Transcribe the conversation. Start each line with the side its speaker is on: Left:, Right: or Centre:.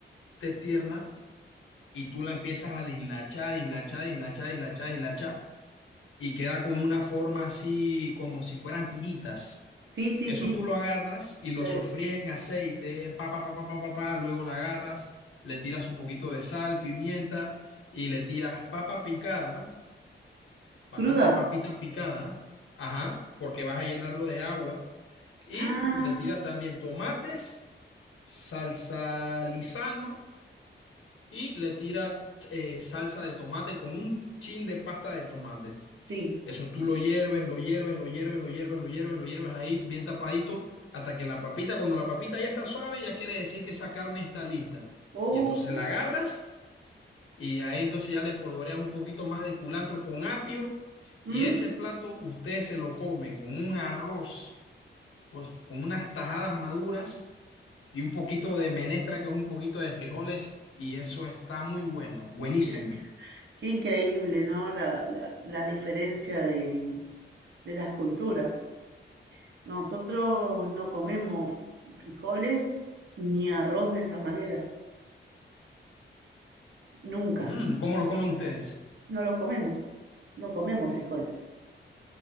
Left: que esté tierna y tú la empiezas a dislachar, dislachar, dislachar, dislachar, dislachar y queda con una forma así como si fueran tiritas.
Right: sí, sí,
Left: Eso
Right: sí.
Left: tú lo agarras y lo
Right: se-
Left: sofríes en aceite, pa, pa, pa, pa, pa, pa, pa, luego la agarras, le tiras un poquito de sal, pimienta y le tiras papa picada, bastante
Right: ¿Cruda?
Left: papita picada, ajá, porque vas a llenarlo de agua y
Right: Ah,
Left: le tiras también tomates, salsa lisano y le tiras eh, salsa de tomate con un chin de pasta de tomate.
Right: sí.
Left: Eso tú lo hierves, lo hierves, lo hierves, lo hierves, lo hierves, lo hierves ahí bien tapadito hasta que la papita, cuando la papita ya está suave, ya quiere decir que esa carne está lista.
Right: Oh,
Left: Y entonces la agarras y ahí entonces ya le polvoreas un poquito más de culantro con apio
Right: mm,
Left: y ese plato usted se lo come con un arroz, pues, con unas tajadas maduras y un poquito de menestra que es un poquito de frijoles y eso está muy bueno, buenísimo.
Right: mirá, qué increíble, ¿no? La, la, la diferencia de, de las culturas. Nosotros no comemos frijoles ni arroz de esa manera, nunca.
Left: Mm, ¿cómo lo comen ustedes?
Right: No lo comemos, no comemos frijoles.